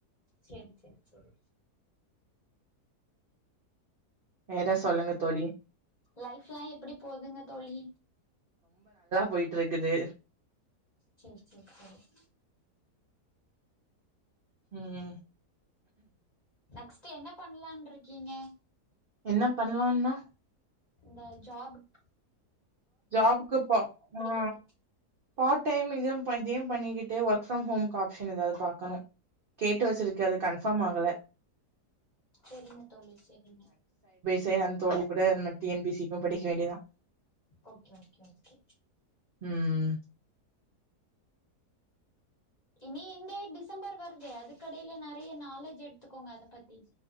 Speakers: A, on the left; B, on the right.
A: செரி செரி செரி
B: வேற சொல்லுங்க தோழி
A: லைஃப்லா எப்படி போதுங்க தோழி
B: போயிட்ருக்குது
A: சேர் சேர் செரி
B: ம்
A: நெக்ஸ்ட் என்ன பண்லான் இருக்கிங்க
B: என்ன பண்லானா
A: இந்த ஜாபுக்
B: ஜாபுக்கு ப ஆ
A: கேக்குறே
B: பார்ட் டைம் இத இதயும் பண்ணிகிட்டு ஒர்க் ஃப்ரம் ஹோம்க்கு ஆப்ஷன் எதாவுது பாக்கணு கேட்டு வெச்சிருக்க அது கன்ஃபார்ம் ஆகல
A: செரிங்க தோழி செரிங்க
B: சைடு தோழி கூட இந்த T N P C U படிக்க வேண்டிதா
A: ஓகே ஓகே ஓகே
B: ம்
A: இனி இந்த டிசம்பர் வருதே அதுக்கெடைல நெறைய நாலேஜ் எடுத்துக்கோங்க அத பத்தி